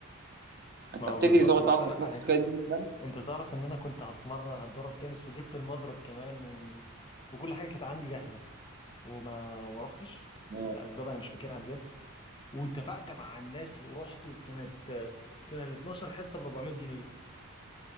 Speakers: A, on the right; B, on the left.
A: انت
B: ما هو
A: بتجري
B: بالظبط
A: تقعد
B: بس
A: تقعد
B: انا
A: تتنطط
B: انا
A: كده يمين وشمال
B: انت تعرف ان انا كنت هتمرن هتدرب تنس وجبت المضرب كمان و... وكل حاجه كانت عندي جاهزه وما ما رحتش
A: اه
B: لاسباب انا مش فاكرها بجد واتفقت مع الناس ورحت وكانت كان ال 12 حصه ب 400 جنيه